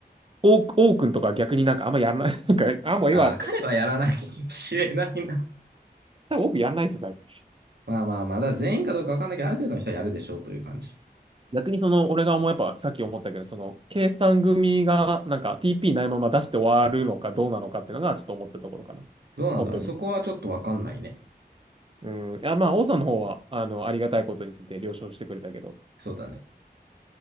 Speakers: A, on the right (about 30°); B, on the right (about 75°).
A: オークオークとか逆になんかあんまやんない。<laughs> なんか、あ、もういいわとか言って。
B: ああ、彼はやらないかもしれないな。
A: 多分オーやんないですよ、最近
B: <laughs> まあまあまあ、だから全員かどうかわかんないけど、ある程度の人はやるでしょうという感じ。
A: 逆にその、俺が思う、やっぱさっき思ったけど、その、計算組がなんか TP ないまま出して終わるのかどうなのかっていうのがちょっと思ったところかな。
B: どうなんだろうね。
A: 本当に。
B: そこはちょっとわかんないね。
A: うん。いや、まあ、王さんの方は、あの、ありがたいことについて了承してくれたけど、
B: そうだね。